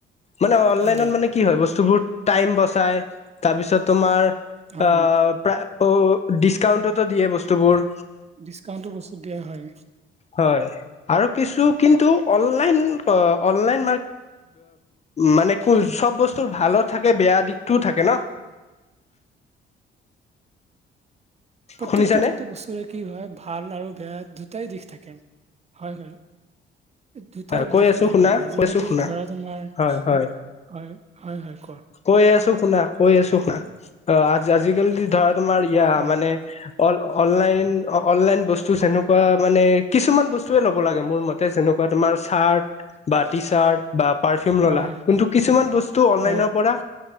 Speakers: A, on the left (about 35°); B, on the right (about 35°).
A: মানে, অনলাইনত
B: হয়
A: মানে, কি হয় বস্তুবোৰ টাইম বচাই। তাৰপিছত তোমাৰ,
B: হয়
A: আঁ প্ৰায় অ'! ডিচকাউন্টতো দিয়ে বস্তুবোৰ।
B: ডিছকাউণ্টটো বস্তু দিয়া হয়?
A: হয় আৰু কিছু কিন্তু, অনলাইন, অনলাইন মানে, চব বস্তু ভালোঁ থাকে, বেয়া দিশটোও থাকে ন'।
B: প্ৰত্যেকটো,
A: শুনিছানে
B: প্ৰত্যেকটো বস্তুৰে কি হয়, ভাল আৰু বেয়া দু টাই দিশ থাকে। হয়, হয়। দুটা
A: হয় কৈ
B: দিশে
A: আছো
B: থাকে।
A: শুনা
B: আজিকালি
A: কৈছো শুনা
B: ধৰা তোমাৰ,
A: হয় হয়
B: হয়, হয়, হয়। কোৱা
A: কৈ আছোঁ শুনা, কৈ আছোঁ শুনা, আঁ আজিকালি ধৰা তোমাৰ ইয়া
B: অ
A: মানে, অ'! অনলাইন, অনলাইন বস্তু যেনেকুৱা মানে কিছুমান বস্তুৱে ল'ব লাগে মোৰ মতে, যেনেকুৱা তোমাৰ চাৰ্ট বা টি চাৰ্ট। বা পাৰফিউম ল'লা।
B: হয়
A: কিন্তু, কিছুমান বস্তু অনলাইনৰ
B: হয়
A: পৰা